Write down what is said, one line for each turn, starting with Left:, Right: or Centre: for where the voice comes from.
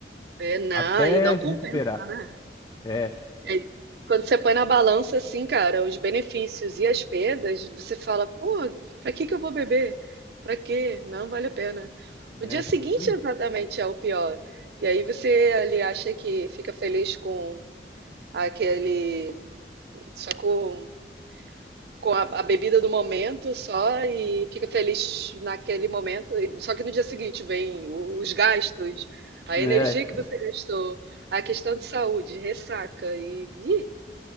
Right: É, não,
Left: Até
Right: e não compensa,
Left: se recuperar.
Right: né?
Left: É,
Right: É, quando você põe na balança, assim, cara, os benefícios e as perdas, você fala, pô, pra que que eu vou beber? Pra quê? Não vale a pena. O
Left: é,
Right: dia seguinte,
Left: foi isso aí.
Right: exatamente, é o pior. E aí você ali acha que fica feliz com aquele, só com com a, a bebida do momento só e fica feliz naquele momento. E- Só que no dia seguinte vem o- os gastos, a
Left: É,
Right: energia que você gastou, a questão de saúde, ressaca e ih,